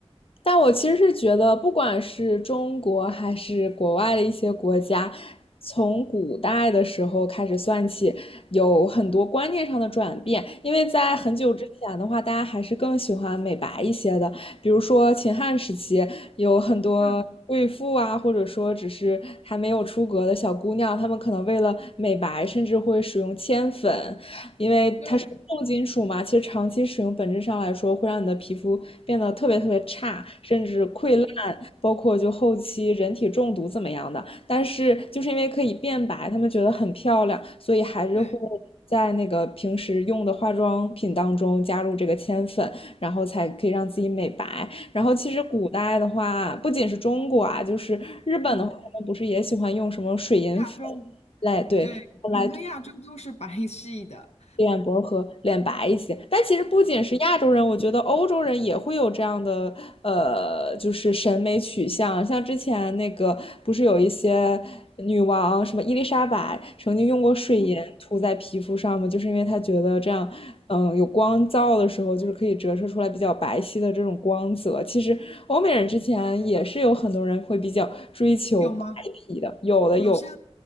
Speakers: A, on the left (about 60°); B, on the left (about 85°).
A: 但我其实是觉得，不管是中国还是国外的一些国家，从古代的时候开始算起，有很多观念上的转变。因为在很久之前的话，大家还是更喜欢美白一些的，比如说秦汉时期，有很多贵妇啊，
B: 嗯，
A: 或者说只是还没有出阁的小姑娘，她们可能为了美白，甚至会使用铅粉，因为它是重金属嘛，
B: 对
A: 其实长期使用本质上来说会让你的皮肤变得特别特别差，甚至溃烂，包括就后期人体中毒怎么样的。但是就是因为可以变白，他们觉得很漂亮，所以还是会在那个平时用的化妆品当中加入这个铅粉，
B: 对，
A: 然后才可以让自己美白。然后其实古代的话，不仅是中国啊，就是日本的话，
B: 嗯，
A: 他们不是也喜欢用什么水银粉
B: 亚洲，
A: 来对来
B: 对，整个亚洲都是白系的，
A: 脸薄和脸白一些。但其实不仅是亚洲人，我觉得欧洲人也会有这样的呃，就是审美取向。像之前那个不是有一些女王，什么伊丽莎白曾经用过水银涂在皮肤上吗？
B: 嗯，
A: 就是因为她觉得这样，嗯，有光照的时候，就是可以折射出来比较白皙的这种光泽。其实欧美人之前也是有很多人会比较追求白皮的，
B: 有吗？
A: 有的有的。
B: 好像